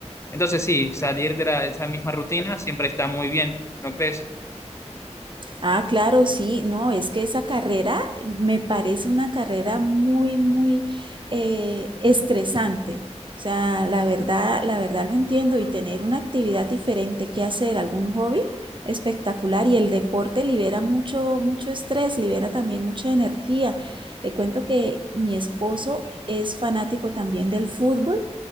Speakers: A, on the left; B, on the right.
A: entonces, sí, salir de, la, de esa misma rutina siempre está muy bien, ¿no crees?
B: Ah, claro, sí, no, es que esa carrera me parece una carrera muy, muy eh, estresante. O sea, la verdad, la verdad lo entiendo y tener una actividad diferente que hacer, algún hobby espectacular y el deporte libera mucho, mucho estrés, libera también mucha energía. Le cuento que mi esposo es fanático también del fútbol